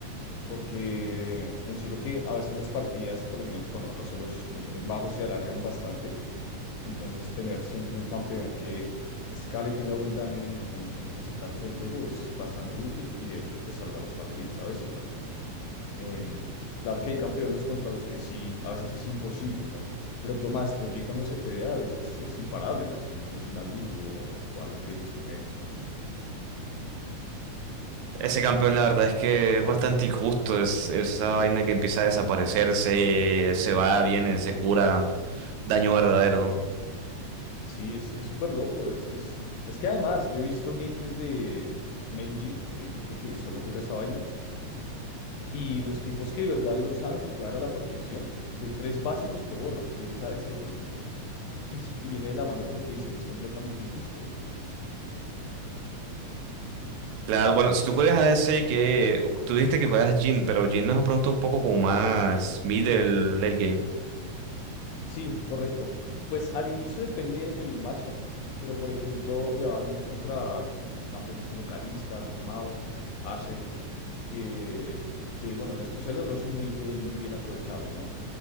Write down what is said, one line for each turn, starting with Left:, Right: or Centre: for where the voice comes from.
Left: porque considero que a veces las partidas, por lo menos, bueno, los celos, los celos bajos se alargan bastante, entonces tener siempre un campeón que escala y tenga buen daño en, en, en esas instancias del juego es bastante útil y de hecho te salva las partidas a veces, ¿no? Em, claro que hay campeones contra los que sí, a veces es imposible, ¿no? Por ejemplo, Maestro G cuando se fedea a veces es imparable, ¿no? Si no tienes una Lulu o, o algo que lo estune
Right: Ese campeón, la verdad es que es bastante injusto. Es, esa vaina que empieza a desaparecerse, se va, viene, se cura. Daño verdadero.
Left: Sí, es, es súper loco. Es, es, es que además yo he visto gameplays de Main G, de gente que solo juega esa vaina, y los tipos que de verdad lo saben jugar a la perfección, de tres básicos te borran, si eres a ADC, por ejemplo. <laughs> Y, y viene de la mano con lo que dices, es completamente injusto.
Right: Claro, bueno, si tú juegas a ADC, que tú dijiste que juegas Jhin, pero Jhin es de pronto un poco como más middle late game.
Left: Sí, correcto. Pues al inicio depende del matchup, pero por ejemplo, le va bien contra campeones como Kalista, Kog'Maw, Ashe, que, que bueno, en estos celos no son muy buen, muy bien aprovechados, ¿no?